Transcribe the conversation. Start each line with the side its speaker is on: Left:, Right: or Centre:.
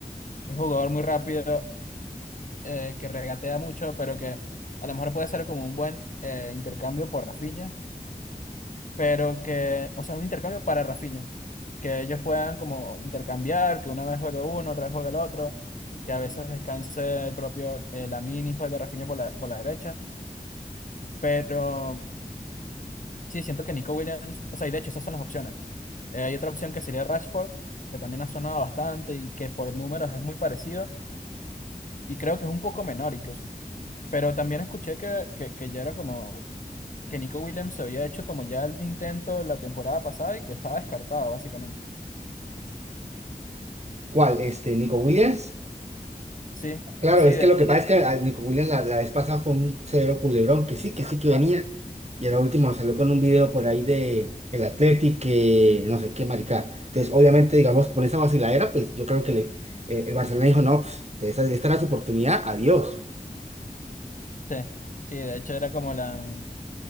Left: Es un jugador muy rápido, eh, que regatea mucho, pero que a lo mejor puede ser como un buen eh, intercambio por Rafinha, pero que, o sea, un intercambio para Rafinha. Que ellos puedan como intercambiar, que una vez juegue uno, otra vez juegue el otro, que a veces descanse el propio eh, Lamine y juegue Rafinha por la, por la derecha. Pero sí, siento que Nico Williams, o sea, y de hecho, esas son las opciones. Eh, hay otra opción que sería Rashford, que también ha sonado bastante y que por números es muy parecido y creo que es un poco menor incluso. Pero también escuché que, que, que ya era como que Nico Williams se había hecho como ya el intento la temporada pasada y que estaba descartado básicamente.
Right: ¿Cuál? Este, Nico Williams.
Left: Sí,
Right: Claro,
Left: sí,
Right: es
Left: de,
Right: que lo que pasa es que a Nico Williams la, la vez pasada fue un severo culebrón, que sí, que sí que venía. Y en la última salió con un video por ahí de el Athletic, que no sé qué maricada. Entonces, obviamente, digamos, con esa vaciladera, pues yo creo que le, eh, el Barcelona dijo, no, pues esta, esta era su oportunidad, adiós.
Left: sí, sí, de hecho era como la...